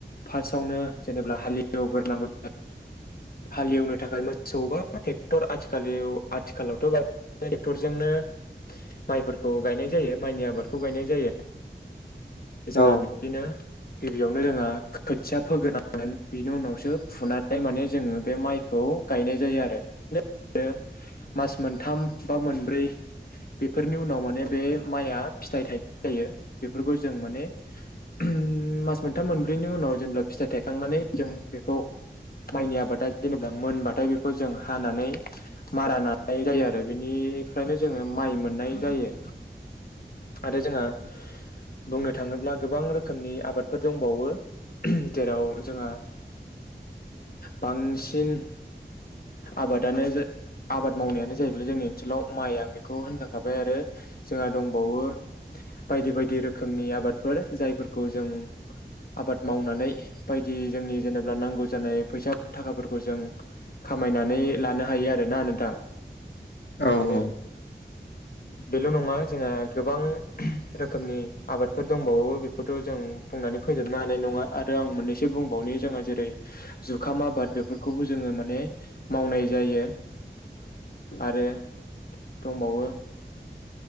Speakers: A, on the left; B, on the left.
A: फार्स्टआवनो जेनेबा हालेव ग्रोनांगो जायो
B: <inaudible>
A: हालेवनो थाखाय मोसौबा ट्रेक्टर आथिखलाव आथिखालावथ' बाव ट्रेक्टरजोंनो माइफोरखौ गायनाय जायो माइनि आबादखौ गायनाय जायो जोंहा
B: औ
A: बिदिनो गिबियावनो जोंहा खोथिया फोग्रोनांगोन बेनि उनावसो फुनानै माने जोङो बे माइखौ गायनाय जायो आरो मास मोनथाम बा मोनब्रै फोरनि उनाव माने बे माइआ फिथाइ थाइनाय जायो बेफोरखौ जों माने उ मास मोनथाम मोनब्रैनि उनाव औ जेनबा फिथाय थायखांनानै जों बेखौ मायनि आबाद जेनबा मोनबाथाय बेखौ जों हानानै मारा नानाय जायो आरो बेनि बेनिफ्रायनो जोङो माइ मोन नाय जायो आरो जोंङो बुंनो थाङोब्ला गोबां रोखोमनि आबादफोर दंबावो जेराव जोंहा बांसिन आबादानो जा आबाद मावनायानो जाहैबाय जोंनि ओनसोलाव माइ आं बेखौ होनदों हाबाय आरो जोंहा दंबावो बायदि बायदि रोखोमनि आबादफोर जायफोरखौ जों आबाद मावनानै बायदि जोंनि जेनेबा नांगौ जानाय फैसा थाखाफोरखौ जों खामायनानै लानो हायो आरोना नोंथां
B: औ औ
A: आरो बेल' नङा जोंहा गोबां रोखोमनि आबादफोर दंबावो बेखौथ' जों बुंनानै फोजोबनो हानाय नङा आरो आं मोननैसो बुं बेनो जोंहा जेरै जुखाम आबाद बेफोरखौबो जोङो माने मावनाय जायो
B: <inaudible>
A: आरो दंबावो